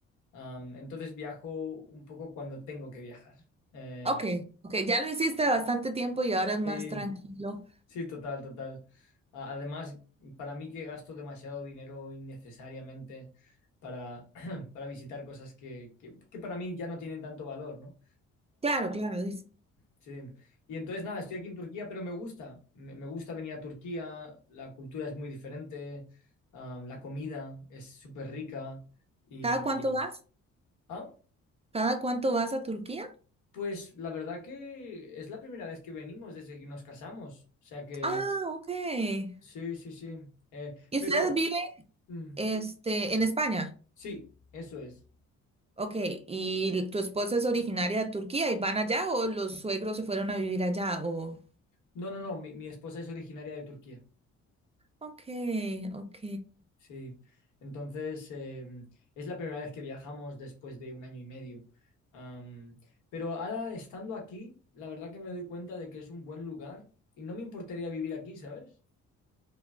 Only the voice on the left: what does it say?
Am, entonces viajo un poco cuando tengo que viajar. Eh,
sí,
sí, total, total. A- además, para mí que gasto demasiado dinero innecesariamente para, <clears throat> para visitar cosas que, que- que para mí ya no tienen tanto valor, ¿no?
Sí, y entonces nada, estoy aquí en Turquía, pero me gusta, me, me gusta venir a Turquía, la cultura es muy diferente, am, la comida es súper rica y...
y-
Ah,
pues la verdad que es la primera vez que venimos desde que nos casamos, o sea que
sí, sí, sí, eh,
pero
mm,
sí, eso es.
No, no, no, mi mi esposa es originaria de Turquía.
Sí, entonces em, es la primera vez que viajamos después de un año y medio. Am, pero ahora estando aquí, la verdad que me doy cuenta de que es un buen lugar y no me importaría vivir aquí, ¿sabes?